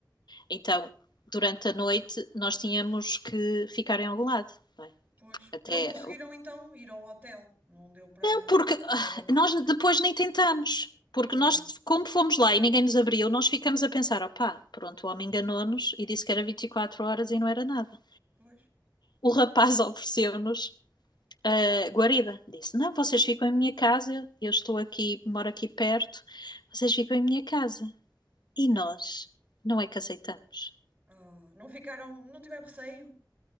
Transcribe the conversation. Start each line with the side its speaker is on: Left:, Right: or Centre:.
Left: Então, durante a noite, nós tínhamos que ficar em algum lado. não é?
Right: Pois,
Left: Até.
Right: não conseguiram então ir ao hotel. Não deu para.
Left: Não, porque ah,
Right: Estava,
Left: nós depois nem tentamos. Porque
Right: claro.
Left: nós, como fomos lá e ninguém nos abriu, nós ficamos a pensar: opá, pronto, o homem enganou-nos e disse que era 24 horas e não era nada.
Right: Pois.
Left: O rapaz <laughs> ofereceu-nos ah, guarida. Disse: não, vocês ficam em minha casa, eu estou aqui, moro aqui perto, vocês ficam em minha casa. E nós não é que aceitamos.
Right: Ah, não ficaram, não tiveram receio.